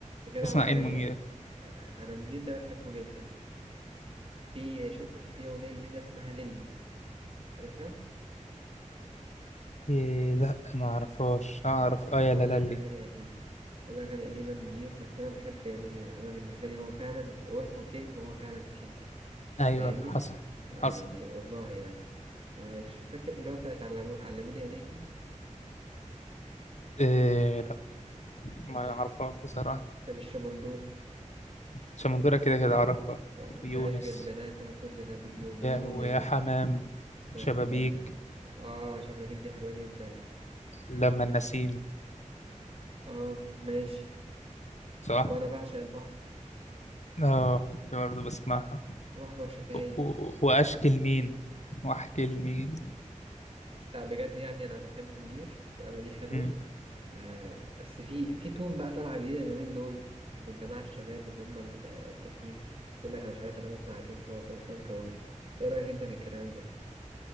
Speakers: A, on the right; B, on the left.
A: يا جدع
B: تسمع
A: والله
B: إيه منير؟
A: يعني آه، انا منير ده بحبه جدا في شفت في اغنيه جديده اسمها ليلي عارفها
B: إيه لا ما اعرفهاش اعرف اه يا
A: اقول
B: لالي
A: لك اغاني قديمه اقول لك اغاني قديمه منير بس انا بحب منير انا بالنسبه لي هو فعلا هو اسمه كينج وهو فعلا كينج
B: ايوه
A: فاهمني
B: حصل
A: آه
B: حصل
A: يعني والله يعني آه مش فاكر اللي هو بتاعت علم... علموني عليكي
B: إيه لا ما
A: ايه ده
B: اعرفهاش بصراحه
A: طب الشمندورة
B: شمندوره كده كده اعرفها
A: آه مفيهاش
B: ويونس
A: غير البنات انا كنت نابليون ويونس
B: يا ويا حمام
A: ويا
B: شبابيك
A: حمام اه شفافيك دي حلوة جدا
B: لما النسيم
A: اه ماشي
B: صح
A: وانا بعشق البحر
B: اه دي برضه بسمعها
A: واحمر شفايف
B: و- و- واشكي لمين واحكي
A: <laughs>
B: لمين
A: لا بجد يعني انا بحب منير واغانيه حلوة
B: امم
A: آه، بس في في تون بقى طالعة جديدة اليومين دول للجماعة الشباب اللي هم ال- التافهين يقول لك أنا مش عارف أنا بسمع عصام صوصة وإسلام كونجي إيه رأيك أنت في الكلام ده؟